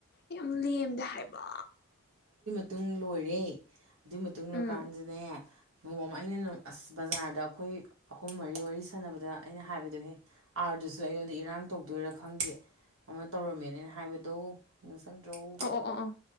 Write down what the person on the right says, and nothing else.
ꯇꯨꯡ ꯂꯣꯏꯔꯦ ꯑꯗꯨꯏ ꯃꯇꯨꯡ
ꯂꯔꯀꯥꯟꯗꯅꯦ ꯅꯣꯡꯃꯝ ꯑꯩꯅ ꯑꯁ ꯕꯖꯥꯔꯗ ꯑꯩꯈꯣꯏ ꯑꯍꯨꯝ ꯃꯔꯤ ꯋꯥꯔꯤ ꯁꯥꯟꯅꯕꯗ ꯑꯩꯅ ꯍꯥꯏꯕꯗꯍꯦ ꯑꯥꯔꯗꯨꯁꯨ ꯑꯩꯉꯣꯟꯗ ꯏꯔꯥꯡ ꯇꯧꯗꯣꯏꯔꯥ ꯈꯪꯗꯦ ꯑꯃ ꯇꯧꯔꯝꯃꯦꯅ ꯑꯩꯅ ꯍꯥꯏꯕꯗꯧ ꯁꯪꯗ꯭ꯔꯛꯎ